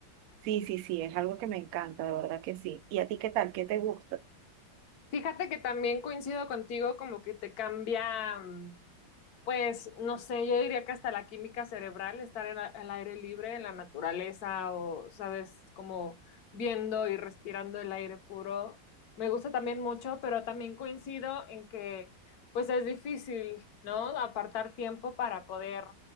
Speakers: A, on the right; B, on the left.
A: Sí, sí, sí, es algo que me encanta, de verdad que sí. ¿Y a ti qué tal? ¿Qué te gusta?
B: Fíjate que también coincido contigo, como que te cambia. mm, Pues no sé, yo diría que hasta la química cerebral, estar en a- al aire libre, en la naturaleza o, sabes, como viendo y respirando el aire puro, me gusta también mucho, pero también coincido en que pues es difícil, ¿no? Apartar tiempo para poder